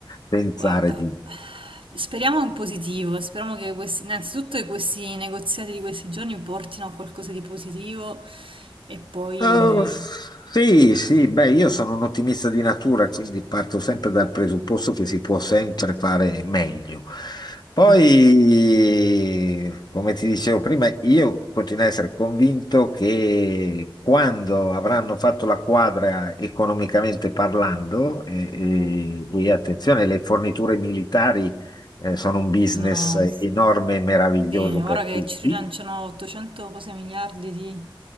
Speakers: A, on the left; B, on the right.
A: pensare
B: Guarda,
A: di...
B: speriamo in positivo, speriamo che questi, innanzitutto che questi negoziati di questi giorni portino a qualcosa di positivo e poi...
A: Eh, sì, sì, beh, io sono un ottimista di natura, quindi parto sempre dal presupposto che si può sempre fare meglio. Poi,
B: mm,
A: come ti dicevo prima, io continuo a essere convinto che quando avranno fatto la quadra economicamente parlando, e, e- e attenzione, le forniture militari, eh, sono un business
B: sono-
A: enorme e meraviglioso
B: sì,
A: per
B: ora che
A: tutti.
B: ci rilanciano 800 cose miliardi di,